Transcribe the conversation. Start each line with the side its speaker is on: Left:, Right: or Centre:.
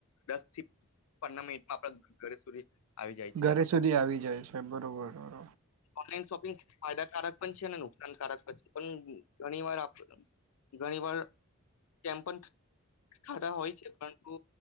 Left: દસ થી પંદર મિનિટમાં આપણા ઘરે સુધી આવી જાય છે
Right: ઘરે સુધી આવી જાય છે બરોબરબર
Left: ઓનલાઈન ફાયદાકારક પણ છે નુકસાનકારક પણ છે પણ ઘણી વાર ઘણી વાર કેમ પણ થતા હોય છે પરંતુ